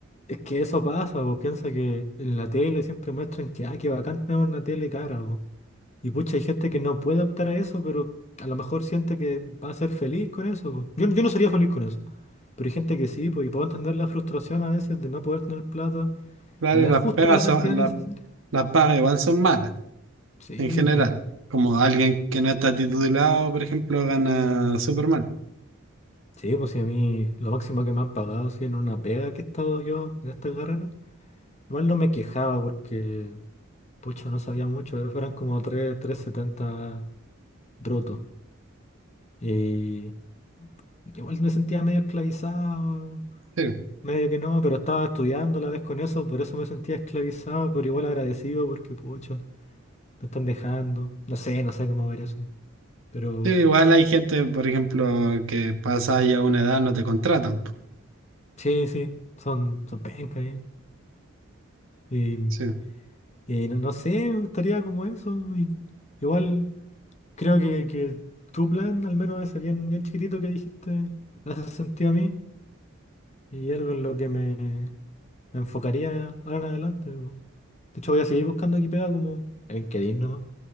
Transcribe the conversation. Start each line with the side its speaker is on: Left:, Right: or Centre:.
Left: es que eso pasa, pues piensa que en la tele siempre muestran que, ah, qué bacán tener una tele cara, po. Y pucha, hay gente que no puede optar a eso, pero a lo mejor siente que va a ser feliz con eso, po. Yo, yo no sería feliz con eso, pero hay gente que sí, pues, y puedo entender la frustración a veces de no poder tener plata,
Right: Claro,
Left: tener
Right: y las
Left: justo
Right: pegas
Left: la cantidad
Right: son, la-
Left: necesaria.
Right: las pagas igual son malas,
Left: Sí,
Right: en general.
Left: pues.
Right: Como alguien que no está titulado, por ejemplo, gana súper mal.
Left: Sí, pues si a mí lo máximo que me han pagado, si en una pega que he estado yo en esta carrera, igual no me quejaba porque, pucha, no sabía mucho, pero fueron como tres tres setenta brutos. Y igual me sentía medio esclavizado,
Right: Sí.
Left: medio que no, pero estaba estudiando a la vez con eso, por eso me sentía esclavizado, pero igual agradecido porque, pucha, me están dejando. No sé, no sé cómo ver eso. Pero
Right: Sí, igual hay gente, por ejemplo, que pasa ya una edad, no te contratan. po.
Left: sí, sí, son, son pencas ahí. sí.
Right: Sí.
Left: Y no, no sé, me gustaría como eso. y igual creo que, que tu plan, al menos ese bien, bien chiquitito que dijiste, me hace sentido a mí y algo en lo que me, me enfocaría ahora en adelante. po. De hecho, voy a seguir buscando aquí pegado como en LinkedIn nomás.